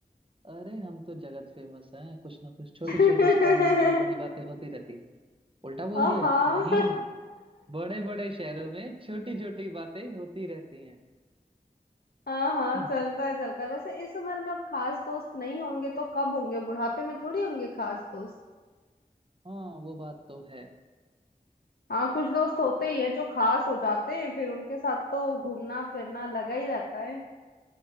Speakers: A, on the right; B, on the left.
A: अरे हम तो जगत फेमस हैं कुछ ना कुछ छोटे
B: <laughs>
A: छोटे शहरों में बड़ी बड़ी बातें होती रहती हैं उल्टा बोल
B: हाँ
A: दिया
B: हाँ
A: नहीं बड़े बड़े शहरों में छोटी छोटी बातें होती रहती हैं <clears throat>
B: हाँ
A: हम्म,
B: चलता है चलता है वैसे इस उम्र में अब खास दोस्त नहीं होंगे तो कब होंगे बुढ़ापे में थोड़ी होंगे खास दोस्त
A: हाँ वो बात तो है
B: हाँ कुछ दोस्त होते ही है जो खास हो जाते हैं फिर उनके साथ तो घूमना फिरना लगा ही रहता है